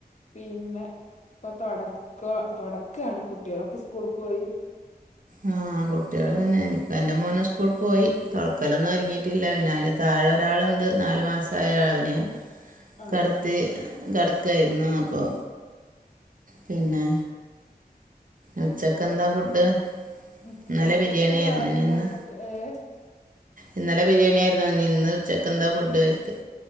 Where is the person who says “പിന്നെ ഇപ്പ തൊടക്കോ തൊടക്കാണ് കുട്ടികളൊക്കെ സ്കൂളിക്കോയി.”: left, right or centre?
Left